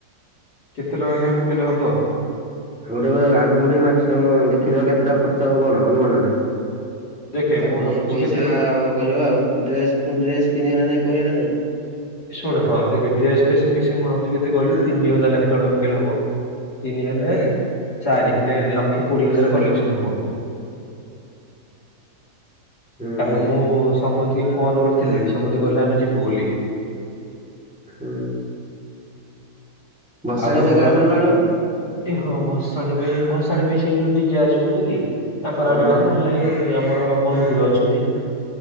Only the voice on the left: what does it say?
କେତେ ଟଙ୍କା ଲାଖେ ପକେଇଲେ ହବ?
ଦେଖେ
ମୁଁ ଭାବୁଛି
କେତେ
ଶୁଣ ହଁ ଦେଖେ ଡ୍ରେସ୍ ଫ୍ରେସ୍ ମିଶି ମୁଁ ଭାବୁଚି କେତେ କହିଲୁ ତିନି ହଜାର ଲାଖେ ଜଣକେ ପକେଇଲେ ହବ। ତିନି ହେଲେ ଚାରି ହେଲେ ଲକ୍ଷେ କୋଡ଼ିଏ ହଜାରେ କଲେକ୍ସନ ହବ।
କାରଣ ମୁଁ ସମସ୍ତିଙ୍କି ଫୋନ କରିଥିଲି ସମତେ କହିଲେ ଆମେ ଯିବୁ ବୋଲି।
ଆଉ ଆମର
ଏ ହଁ ଭସାଣି ପେଇଁ ଭସାଣି ପାଇଁ ସେ ଯୋଉ ଡିଜ୍ ଜେ ଆସିବନି କି ତାଙ୍କର ଆଣିବା
ଭାରି ନହଲ ନାଇଁ ଇ ଇ ଆମର ମହିପୁର ଅଛନ୍ତି।